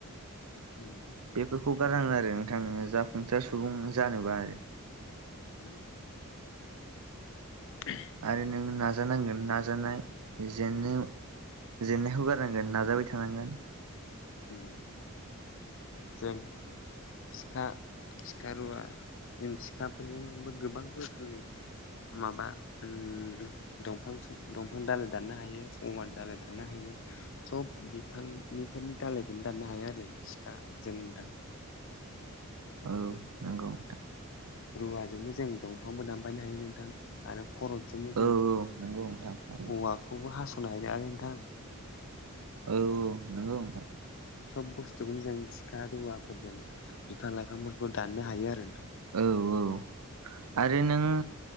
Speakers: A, on the left; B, on the right.
A: ओम।
B: बेफोरखौ गारङो आरो नोंथां नोङो जाफुंसार सुबुं जानोबा आरो।
A: उम। ओह।
B: आरो नोंङो नाजानांगोन नाजानाय जेननायाव। जेननायखौ गारनांगोन नाजाबाय थानांगोन।
A: ओम। जों सिखा सिखा रुवा। जों सिखाफोरजोंबो गोबां रोखोमनि माबा ओम। दफां दंफां दाालइ दाननो हायो औवा दालइ दाननो हायो। सब बिफांनिफोरनि दालायखौनो दाननो हाया आरो बे सिखा जों दान।
B: औ नंगौ नों थां।
A: रुवाजोंबो जों दंफांबो दामबायनो हायो नोंथां। आरो खरट'जोंबो
B: औ
A: जों
B: औ नंगौ नोंथां हायो
A: औवाखौबो हास'नो हैनो आरो नोंथां
B: औ नोंगौ नोंथां।
A: सब बुस्थुखौनो जों सिखा रुवाफोरजों बिफां लाइफांफोरखौ दाननो हायो आरो नोंथां।
B: औ औ आरो नों